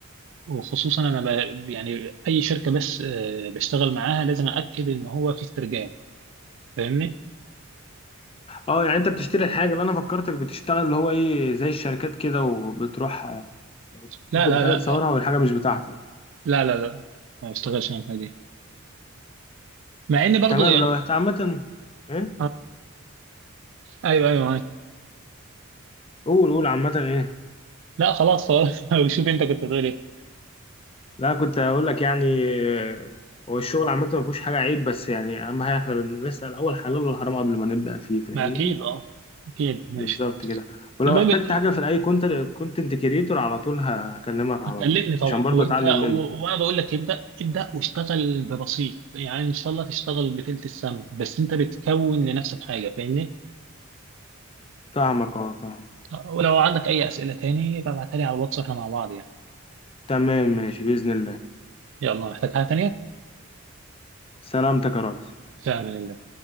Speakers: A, on the right (about 60°); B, on the left (about 25°).
A: وخصوصا انا ب... يعني اي شركة بس آه، بشتغل معاها لازم اكد ان هو في استرجاع فاهمني
B: اه يعني أنت بتشتري الحاجة اللي أنا فكرتك بتشتغل اللي هو إيه زي الشركات كده وبتروح آه،
A: لا
B: تاخد
A: لا
B: الحاجة
A: لا
B: تصورها والحاجة مش بتاعتك
A: لا لا لا ما بشتغلش انا الحاجه دي مع اني برضو
B: تمام
A: يعني
B: لو عامة إيه
A: آه، ايوه ايوه معاك
B: قول قول عامة إيه
A: لا خلاص خلاص <laughs> شوف انت كنت بتقول ايه
B: لا كنت هقول لك يعني آه، هو الشغل عامة ما فيهوش حاجة عيب بس يعني أهم حاجة إحنا بنسأل أول حلال والحرام قبل ما نبدأ فيه فاهمني؟
A: ما اكيد اه اكيد ماشي
B: بالظبط كده ولو
A: المهم
B: احتجت
A: انت
B: حاجة في أي كونت كونتنت كريتور على طول هكلمك على
A: هتكلمني
B: طول
A: طبعا
B: عشان برضه
A: وانت
B: أتعلم منك
A: و... وانا بقول لك ابدا ابدا واشتغل ببسيط يعني ان شاء الله تشتغل بتلت السما بس انت بتكون لنفسك حاجه فاهمني
B: فاهمك أه فاهمك
A: ولو عندك اي اسئله تاني ببعتها لي على الواتس واحنا مع بعض يعني
B: تمام ماشي بإذن الله
A: يلا محتاج حاجه تانيه
B: سلامتك يا ريس
A: في امان الله